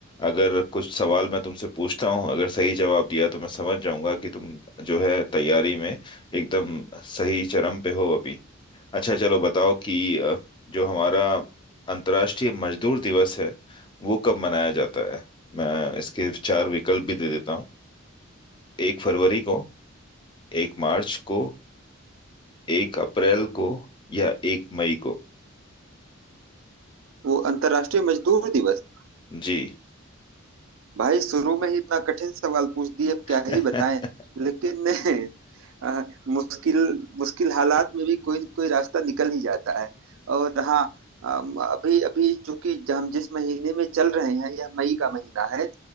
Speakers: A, on the left (about 20°); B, on the right (about 65°).
A: अगर कुछ सवाल मैं तुमसे पूछता हूँ अगर सही जवाब दिया तो मैं समझ जाऊंगा कि तुम जो है तैयारी में एकदम सही चरम पे हो अभी अच्छा चलो बताओ कि अ, जो हमारा अंतर्राष्ट्रीय मजदूर दिवस है वो कब मनाया जाता है मैं इसके चार विकल्प भी दे देता हूँ एक फरवरी को एक मार्च को एक अप्रैल को या एक मई को
B: वो अंतर्राष्ट्रीय मजदूर दिवस
A: जी
B: भाई शुरू में ही इतना कठिन सवाल पूछ दिए अब क्या
A: <laughs>
B: ही बताएं लेकिन <laughs> अ, मुश्किल मुश्किल हालात में भी कोई न कोई रास्ता निकल ही जाता है और हाँ अम, अभी अभी चूंकि ज- हम जिस महीने में चल रहे हैं यह मई का महीना है